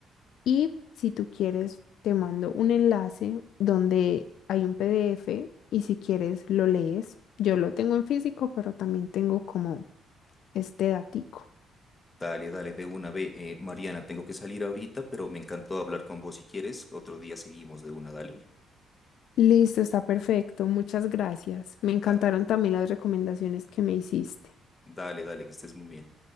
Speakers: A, on the left; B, on the left.
A: Y si tú quieres, te mando un enlace donde hay un PDF y si quieres lo lees. Yo lo tengo en físico, pero también tengo como este datico.
B: Dale, dale, de una vez. Eh, Mariana, tengo que salir ahorita, pero me encantó hablar con vos si quieres. Otro día seguimos de una, dale.
A: Listo, está perfecto. Muchas gracias. Me encantaron
B: Dale,
A: también las recomendaciones que me hiciste.
B: dale, dale, que estés muy bien.